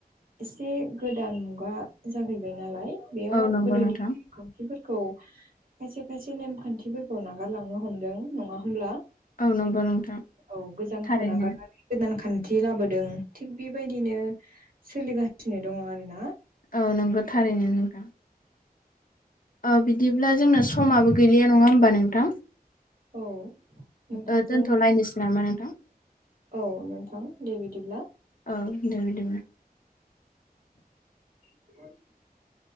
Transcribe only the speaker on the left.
औ नंगौ
नोंथां
औ नंगौ नोंथां
थारैनो
औ नोंगौ थारैनो नोंथां ओ बिदिब्ला जोंना समाबो गैलिया नङा होमबा नोंथां?
ओ दोनथ'लायनोसै नामा नोंथां।
औ दे बिदिब्ला।